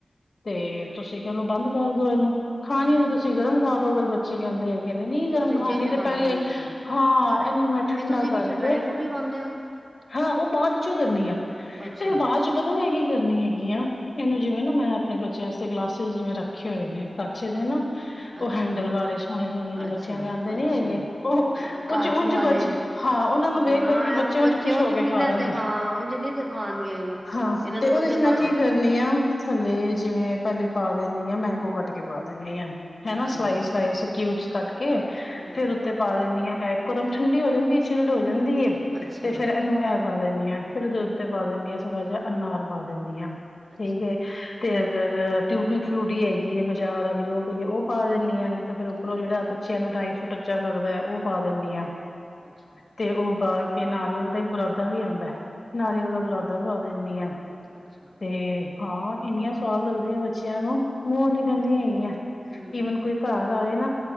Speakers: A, on the left (about 65°); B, on the right (about 50°).
A: ਤੇ ਤੁਸੀਂ ਕਹਿਲੋ ਬੰਦ ਕਰਦੋ ਇਹਨੂੰ ਖਾਣੀ
B: ਅੱਛਾ
A: ਤੇ ਤੁਸੀਂ ਗਰਮ ਖਾ ਲਓ ਅਗਰ ਬੱਚੇ ਕਹਿੰਦੇ
B: ਹਮ
A: ਹੈਗੇ ਨੇ, ਨਹੀਂ ਗਰਮ
B: ਤਾਂ ਫਰਿੱਜ
A: ਖਾਣੀ
B: 'ਚ ਲਗਾ
A: ਤੇ ਪਹਿਲੇ
B: ਦਿੰਦੇ ਹੋ ਤੁਸੀਂ
A: ਹਾਂ, ਇਹਨੂੰ ਮੈਂ ਠੰਡਾ
B: ਫਿਰ ਤੁਸੀਂ ਵਿੱਚ
A: ਕਰਕੇ
B: ਡਰਾਈ ਫਰੂਟ ਵੀ ਪਾਉਂਦੇ ਹੋ
A: ਹਾਂ, ਉਹ ਬਾਅਦ ਚ ਕਰਨੀ ਆ,
B: ਅੱਛਾ
A: ਤੇ ਫਿਰ ਬਾਅਦ ਚ ਪਤਾ ਫੇਰ ਇਹ ਕੀ ਕਰਨੀ ਹੈਗੀ ਆ, ਇਹਨੂੰ ਜਿਵੇਂ ਨਾ ਮੈਂ ਆਪਣੇ ਬੱਚਿਆਂ ਵਾਸਤੇ ਗਲਾਸਿਸ, ਜਿਵੇਂ ਰੱਖੇ ਹੋਏ ਨੇ ਕੱਚੇ ਦੇ ਨਾ। ਉਹ
B: ਅੱਛਾ
A: ਹੈਂਡਲ ਬਾਰੇ ਸੋਹਣੇ ਸੋਹਣੇ ਜਿਹੇ
B: ਅੱਛਾ
A: ਬੱਚਿਆਂ ਲਿਆਂਂਦੇ ਨੀ
B: ਅੱਛਾ
A: ਹੈਗੇ, ਉਹ
B: ਹਾਂ
A: ਕੁੱਝ
B: ਕਾਰਟੂਨ
A: ਉੰਝ
B: ਵਾਲੇ
A: ਬਜ ਹਾਂ, ਉਹਨਾਂ ਨੂੰ
B: ਹਾਂ
A: ਵੇਖ ਵੇਖ ਕੇ ਬੱਚੇ ਉਝ ਖੁਸ਼
B: ਉਂਝ
A: ਹੋ ਕੇ
B: ਪੀ
A: ਖਾ
B: ਲੈਂਦੇ
A: ਦਿੰਦੇ
B: ਹਾਂ ਉਂਝ ਨਹੀਂ ਦਿਖਾਣਗੇ
A: ਹਾਂ,
B: ਇਹਨਾਂ
A: ਤੇ
B: ਨੂੰ
A: ਉਹਦੇ
B: ਵਧੀਆ
A: ਚ ਮੈਂ
B: ਪਾ
A: ਕੀ ਕਰਨੀ ਆ ਥੱਲੇ ਜਿਵੇਂ ਪਹਿਲੇ ਪਾ ਦਿੰਦੀ ਆ, ਮੈਂਗੋ ਕੱਟ ਕੇ ਪਾ ਦਿੰਦੀ ਆ। ਹਨਾ,
B: ਅੱਛਾ
A: ਸਿਲਾਈ ਸਿਲਾਈ ਕਿਊਬਸ ਕੱਟ ਕੇ,
B: ਹਾਂ
A: ਫੇਰ ਉੱਤੇ ਪਾ ਦੇ ਨੀ ਆ। ਐ ਇਕੋ ਕਦਮ ਠੰਡੀ ਹੋ ਜਾਂਦੀ ਆ, ਚਿਲਡ ਹੋਈ ਜਾਂਦੀ ਐ,
B: ਅੱਛਾ
A: ਤੇ ਫੇਰ ਇਹਨੂੰ ਇਹ ਵ ਪਾ ਦਿੰਦੀ ਆ, ਫੇਰ ਉਹਦੇ ਉੱਤੇ ਪਾ ਦਿੰਦੀ ਆ, ਥੋੜਾ ਜਿਹਾ ਅਨਾਰ ਪਾ ਦਿੰਦੀ ਆ।
B: ਅੱਛਾ
A: ਠੀਕ ਏ। ਤੇ ਅਗਰ ਟਿਊਟੀ ਫਰੂਟੀ ਹੈਗੀ ਹੈਏ ਬਾਜ਼ਾਰ ਵਾਲੀ ਉਹ ਹੋ ਉਹ ਪਾ ਦਿੰਦੀ ਆ ਨੇ। ਤੇ ਫਿਰਰੱਪਰੋਂ
B: ਹਮ
A: ਜਿਹੜਾ ਬੱਚਿਆਂ ਨੂੰ ਟਾਇਰ ਟੱਚਾ ਲੱਗਦਾ ਹੈ ਉਹ ਪਾ ਦਿੰਨੀ ਹਾਂ।
B: ਅੱਛਾ
A: ਤੇ ਉਹ ਬਾਅਦ ਕਿ ਨਾਰੀਅਲ ਦਾ ਇੱਕ ਬਰਾਦਾ ਵੀ ਆਉਂਦਾ ਨਾਰੀਅਲ ਦਾ ਬਰਾਦਾ ਵਦਾ ਇਨੀ ਆ।
B: ਅੱਛਾ।
A: ਤੇ ਹਾਂ ਇੰਨੀਆਂ ਸਵਾਦ ਲੱਗਦੀਆਂ ਬੱਚਿਆਂ ਨੂੰ ਮੂੰਹ ਨੀ ਰਹਿੰਦੀਆਂ ਹੈਗੀਆਂ।
B: ਹਮ
A: ਈਵਨ ਕੋਈ ਘਰ ਆਵੇ ਨਾ